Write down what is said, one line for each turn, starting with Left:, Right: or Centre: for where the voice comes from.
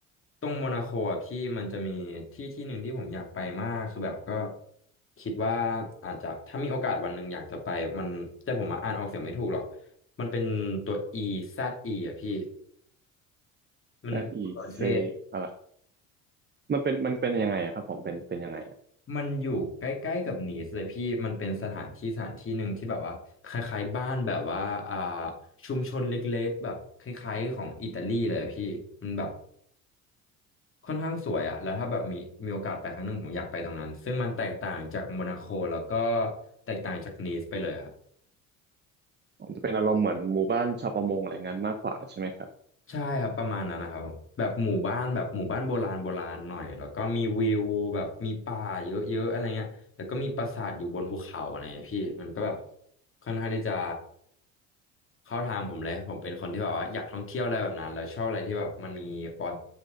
Left: ตรงโมนาโคอ่ะพี่มันจะมีที่ที่หนึ่งที่ผมอยากไปมากคือแบบก็คิดว่าอาจจะถ้ามีโอกาสวันหนึ่งอยากจะไปมันแต่ผมมาอ่านออกเสียงไม่ถูกหรอกมันเป็นตัว E Z E อ่ะพี่มันโรเซ
Right: แต่อีเซอะไรมันเป็นมันเป็นยังไงอะครับผมเป็นเป็นยังไง
Left: มันอยู่ใกล้ๆกับนีสเลยพี่ มันเป็นสถานที่สถานที่หนึ่งที่แบบว่าคล้ายๆบ้านแบบว่าอ่าชุมชนเล็กๆแบบคล้ายๆของอิตาลีเลยอะพี่ มันแบบค่อนข้างสวยอะแล้วถ้าแบบมีมีโอกาสไปครั้งหนึ่งผมอยากไปตรงนั้น ซึ่งมันแตกต่างจากโมนาโคแล้วก็แตกต่างจากนีสไปเลยอะ
Right: ผมจะเป็นอารมณ์เหมือนหมู่บ้านชาวประมงอะไรงั้นมากกว่าใช่ไหมครับ
Left: ใช่ครับประมาณนั้นนะครับผมแบบหมู่บ้านแบบหมู่บ้านโบราณโบราณหน่อยแล้วก็มีวิวแบบมีป่าเยอะๆอะไรเงี้ยแล้วก็มีปราสาทอยู่บนภูเขาอะไรเงี้ยพี่มันก็แบบค่อนข้างที่จะเข้าทางผมเลยผมเป็นคนที่แบบว่าอยากท่องเที่ยวอะไรแบบนั้นแล้วชอบอะไรที่แบบมันมีประวัติ